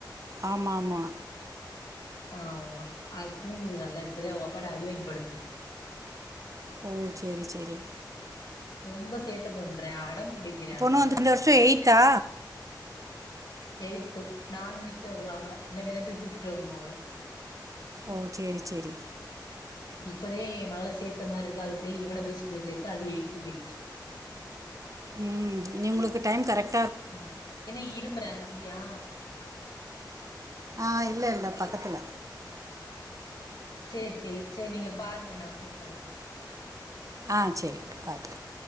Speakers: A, on the right; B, on the left.
A: ஆமா ஆமா
B: ஆமா அது தூங்குது நல்லா இப்பதா அவங்க அப்பாட அடிவாங்கிட்டு படுத்த
A: ஓ சேரி சேரி
B: ரொம்ப சேட்டை பண்றே அடம் புடிக்கிறயா
A: பொண்ணு
B: ரொம்ப
A: வந்து இந்த வருஷம் எயித்தா
B: எயி்த்து நாலு மணிக்கு தா வருவா அவ இனிமேதா போய் கூப்பிட்டு வரணு அவள
A: ஓ சேரி சேரி
B: இப்பதே மகள சேர்த்த மாரி இருக்கு அதுக்குள்ள இவன ஸ்கூல்ல சேர்த்து அது எயி்த்து போய்டிச்சு
A: உம் இனி உங்களுக்கு டைம் கரெக்ட்
B: உம் என்னா இரும்புறா தம்பியா
A: ஆஹ் இல்ல இல்ல பக்கத்துல
B: செரி செரி செரி நீங்க பாருங்க நா கூப்பிறே
A: ஆஹ் செரி <unintelligible> பாரு